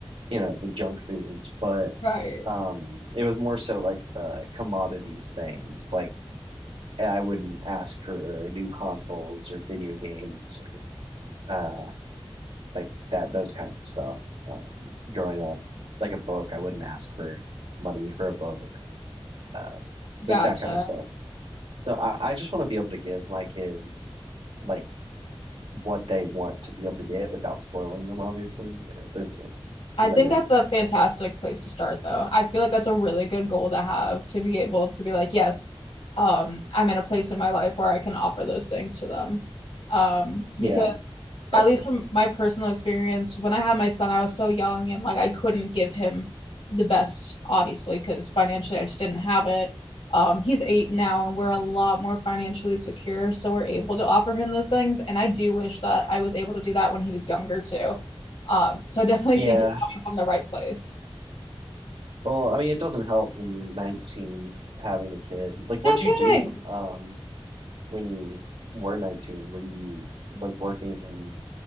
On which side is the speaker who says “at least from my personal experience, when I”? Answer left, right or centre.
Left